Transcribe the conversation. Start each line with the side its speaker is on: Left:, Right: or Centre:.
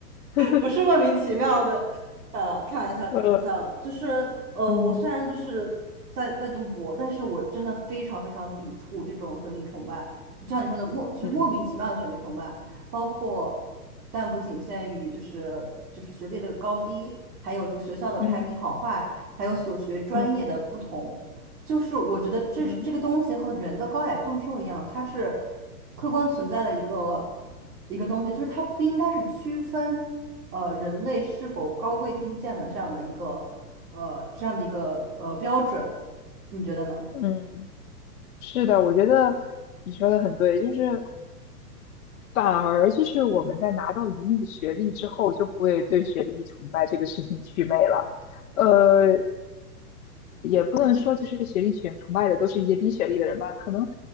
Left: <laughs>
Right: 不是莫名其妙的，呃，开玩笑，
Left: 呃，
Right: 开玩笑，就是呃，
Left: 嗯，
Right: 我虽然就是在在读博，但是我真的非常非常抵触这种学历崇拜，就像你说的莫就是莫名其妙的学历崇拜，
Left: 嗯
Right: 包括但不仅限于就是就是学历的高低，还有这个学校的排名好坏，
Left: 嗯，
Right: 还有所学专业的不同，
Left: 嗯，
Right: 就是我觉得这这个东西和人的高矮胖瘦一样，
Left: 嗯，
Right: 它是客观存在的一个一个东西，就是它不应该是区分。呃人类是否高贵低贱的这样的一个呃这样的一个呃标准，你觉得呢？
Left: 嗯嗯，是的，我觉得你说的很对，就是反而就是我们在拿到一定的学历之后，就不会对学历崇拜这个事情祛魅了。呃，不能说就是学历群崇拜的都是一些低学历的人吧，可能